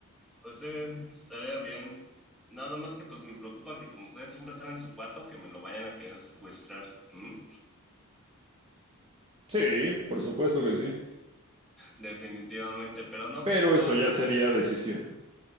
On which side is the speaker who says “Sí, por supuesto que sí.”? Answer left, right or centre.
Right